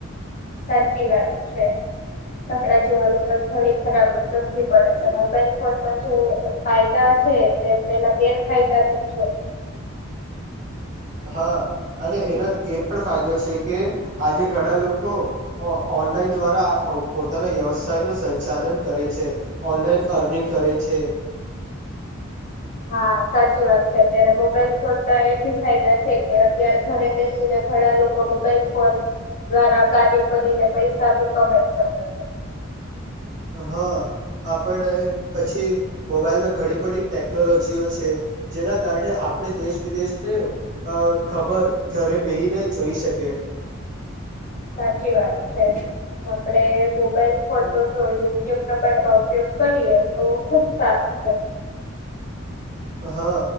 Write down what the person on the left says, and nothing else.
સાચી વાત છે આપણા જોવાનું પણ ઘણી ખરાબ અસર ભી પડે છે. મોબાઈલ ફોનમાં જો ફાયદા છે તો તો એના ગેરફાયદા પણ છે
<inaudible> હા સાચી વાત છે અત્યારે મોબાઈલ ફોનના એ ભી ફાયદા છે કે અત્યારે ઘરે બેસીને ઘણા લોકો મોબાઈલ ફોન દ્વારા કાર્ય કરીને પૈસા ભી કમાઈ શકે છે <inaudible>
સાચી વાત છે આપણે મોબાઈલ ફોન નો જો યોગ્ય પ્રમાણમાં ઉપયોગ કરીએ તો ખુબ સારૂ છે